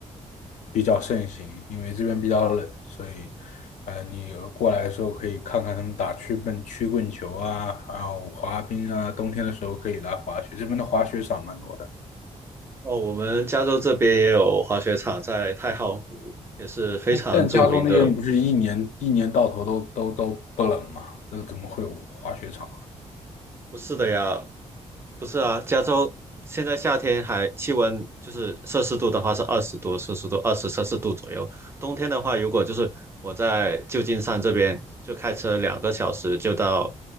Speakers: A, on the left; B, on the right.
A: 比较盛行，因为这边比较冷，所以，呃，你过来的时候可以看看他们打曲棍曲棍球啊，还有滑冰啊，冬天的时候可以来滑雪。这边的滑雪场蛮多的。
B: <laughs> 哦，我们加州这边也有滑雪场，在太浩湖也是非常著名的。
A: 哎，但加州那边不是一年一年到头都都都不冷吗？那怎么会有滑雪场啊？
B: 不是的呀，不是啊，加州现在夏天还气温就是摄氏度的话是二十多摄氏度，二十摄氏度左右。冬天的话，如果就是我在旧金山这边，就开车两个小时就到